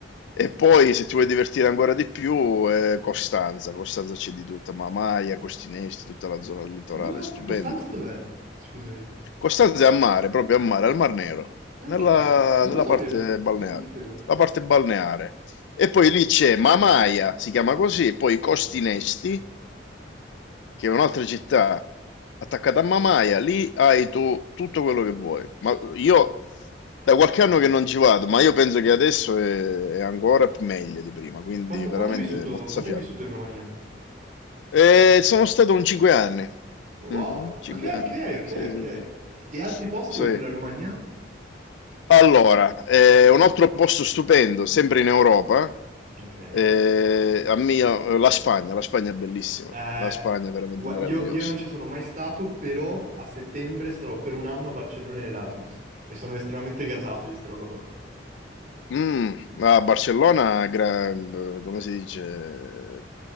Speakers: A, on the left (about 75°); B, on the right (about 45°).
A: E poi, se ti vuoi divertire ancora di più, eh, Costanza. Costanza c'è di tutta, Mamaia, Costinesti, tutta la zona del litorale,
B: Non la...
A: stupendo.
B: Costanza dov'è? Scusami.
A: Costanza è a mare, proprio a mare, al Mar Nero,
B: Ok,
A: nella,
B: non
A: nella
B: lo sapevo,
A: parte balneare.
B: non lo sapevo.
A: La parte balneare. E poi lì c'è Mamaia, si chiama così, poi Costinesti, che è un'altra città attaccata a Mamaia, lì hai tu tutto quello che vuoi. Ma io da qualche anno che non ci vado, ma io penso che adesso è, è ancora più meglio di prima, quindi
B: Quanto,
A: veramente
B: quanto hai vissuto,
A: mozzafiato.
B: quanto hai vissuto in Romania?
A: E sono stato un 5 anni.
B: Wow,
A: Mhm, cinque
B: ok,
A: anni.
B: ok, ok,
A: Sì,
B: ok.
A: sì, sì.
B: E altri posti
A: Sì.
B: oltre la Romania?
A: Allora, eh, un altro posto stupendo, sempre in Europa,
B: Ok.
A: eh, a mia- la Spagna, la Spagna è bellissima,
B: Eh,
A: la Spagna è veramente
B: gua-
A: meravigliosa.
B: io, io non ci sono mai stato, però a settembre starò per un anno a Barcellona in Erasmus e sono estremamente gasato di sta roba qua.
A: Mm, a Barcellona, gra- come si dice,